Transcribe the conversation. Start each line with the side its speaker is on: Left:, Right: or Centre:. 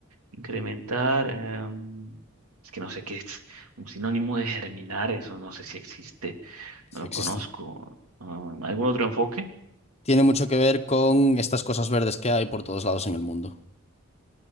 Right: incrementar. em, es que no sé qué es un sinónimo de germinar, eso no sé si existe,
Left: Sí,
Right: no lo
Left: existe.
Right: conozco. Ah, ¿algún otro enfoque?
Left: Tiene mucho que ver con estas cosas verdes que hay por todos lados en el mundo.